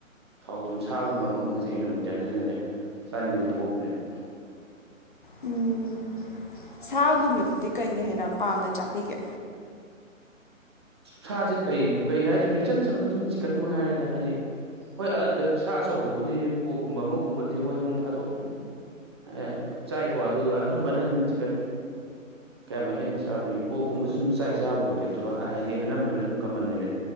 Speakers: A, on the right; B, on the left.
A: ꯊꯥꯎ ꯊꯨꯝꯁꯥꯒꯨꯝꯕ ꯑꯃꯒꯨꯝꯕꯁꯦ ꯍꯦꯟꯅ ꯋꯤꯟꯇꯔꯗꯅꯗꯤ ꯆꯥꯅꯤꯡꯕꯗꯣ ꯄꯣꯛꯄꯅꯦꯕ
B: ꯎꯝ ꯁꯥꯒꯨꯝꯕꯗꯨꯗꯤ ꯀꯩꯅ ꯍꯦꯟꯅ ꯄꯥꯝꯅ ꯆꯥꯕꯤꯒꯦ
A: ꯁꯥꯁꯦ ꯀꯩ ꯀꯩ ꯍꯥꯏꯗꯣꯏꯅꯣ ꯏꯆꯝ ꯆꯝꯕ ꯑꯗꯨꯝ ꯆꯤꯛꯀꯟ ꯃꯉꯥꯏꯔꯒ ꯍꯥꯏꯗꯤ ꯍꯣꯏ ꯁꯥ ꯑꯆꯧꯕꯕꯨꯗꯤ ꯄꯣꯛꯀꯨꯝꯕ ꯑꯃꯒꯨꯝꯕꯗꯤ ꯍꯣꯏ ꯅꯣꯡ ꯐꯥꯗꯣꯛ ꯑꯦ ꯆꯥꯏꯀꯣ ꯑꯗꯨꯒ ꯑꯅꯝꯕꯅ ꯑꯗꯨꯝ ꯆꯤꯛꯀꯟ ꯀꯌꯥꯝ ꯑꯍꯦꯟꯕ ꯆꯥꯕꯅꯤꯒꯦ ꯄꯣꯛꯀꯨꯝꯕꯁꯨ ꯑꯗꯨꯝ ꯆꯥꯛ ꯆꯥꯕꯕꯨꯗꯤ ꯑꯗꯣ ꯍꯥꯏꯗꯤ ꯑꯅꯝꯕꯅ ꯑꯗꯨꯝ ꯀꯃꯟ ꯑꯣꯏꯅ